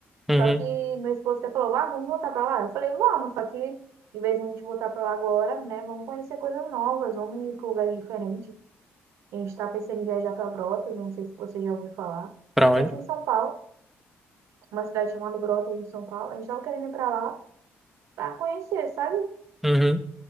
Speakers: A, in the centre; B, on the right.
A: Uhum.
B: Só que meu esposo até falou, ah, vamos voltar pra lá. Eu falei, vamos, só que em vez de a gente voltar pra lá agora, né? Vamos conhecer coisas novas, vamos ir pra lugares diferentes. A gente tá pensando em viajar pra Brotas, não sei se você já ouviu falar.
A: Pra onde?
B: É aqui em São Paulo uma cidade chamada Brotas, em São Paulo. A gente tava querendo ir pra lá pra conhecer, sabe?
A: Uhum.